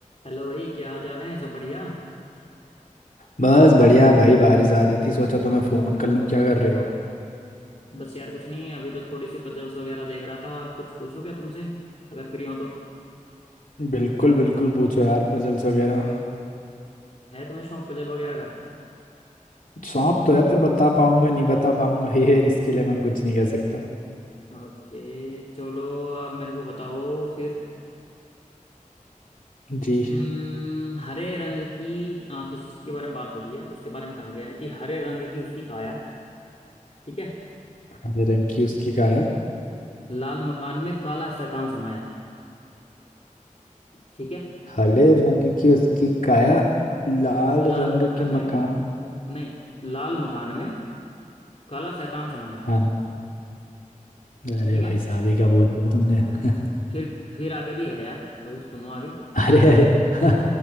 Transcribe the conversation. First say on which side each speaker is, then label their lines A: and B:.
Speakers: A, on the left; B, on the left.
A: हेलो भाई क्या हाल चाल है सब बढ़िया
B: बस बढ़िया भाई बारिश आ रही थी सोचा तो मैं फोन कर लूं क्या कर रहे हो
A: बस यार कुछ नहीं अभी तो थोड़ी सी पजल्स वगैरह देख रहा था कुछ पूछूं क्या तुमसे अगर फ्री हो तो
B: बिल्कुल बिल्कुल पूछो यार पजल्स वगैरह
A: है तुम्हें शौक पजल वगैरह का
B: शौक तो है पर बता पाऊंगा नहीं बता पाऊंगा <laughs> ये इसके लिए मैं कुछ नहीं कह सकता
A: ओके चलो अब मेरे को बताओ फिर
B: जी
A: हम्म, हरे रंग की आ, किसी चीज के बारे में बात हो रही है उसके बारे में कहा गया है कि हरे रंग की उसकी काया ठीक है
B: हरे रंग की उसकी काया
A: लाल मकान में काला शैतान समाया ठीक है
B: हरे रंग की उसकी काया लाल
A: लाल
B: रंग
A: मकान
B: के
A: में
B: मकान
A: नहीं लाल मकान में काला शैतान समाया
B: हाँ हाँ। अरे
A: ठीक
B: भाई
A: है
B: साहब ये क्या बोल दिया तुमने <laughs>
A: फिर फिर आगे भी है यार अभी सुनो आगे
B: अरे अरे <laughs>